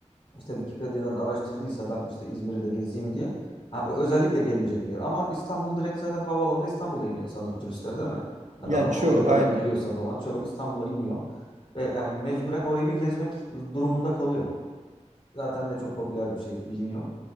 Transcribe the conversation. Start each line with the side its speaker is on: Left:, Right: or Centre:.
Left: işte Wikipedia'dan araştırdıysa ben işte İzmir'i de gezeyim diye. Ha, o özellikle gelinecek bir yer. Ama İstanbul direkt zaten havaalanında İstanbul'a iniyor sanırım turistler değil mi? Yani
Right: Yani
Left: adam
Right: çoğu
Left: Amerika'dan
Right: aynı.
Left: geliyorsa falan çoğu İstanbul'a iniyor. Ve yani mecburen orayı bir gezmek durumunda kalıyor. Zaten de çok popüler bir şehir biliniyor.